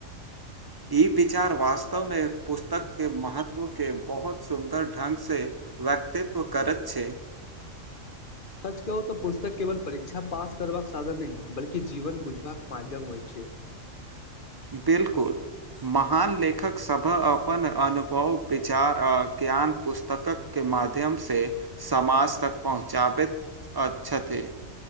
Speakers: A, on the right (about 40°); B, on the left (about 45°).
A: ई विचार वास्तवमे पुस्तक के महत्व के बहुत सुन्दर ढंग से व्यक्तित्व करैत छै।
B: सच कहू त पुस्तक। केवल परीक्षा पास करबाक साधन नहि बल्कि जीवन बुझबाक माध्यम होइ छै।
A: बिलकुल महान लेखक सभ अपन अनुभव विचार आ ज्ञान पुस्तकक के माध्यम से समाज तक पहुँचाबैत छथि।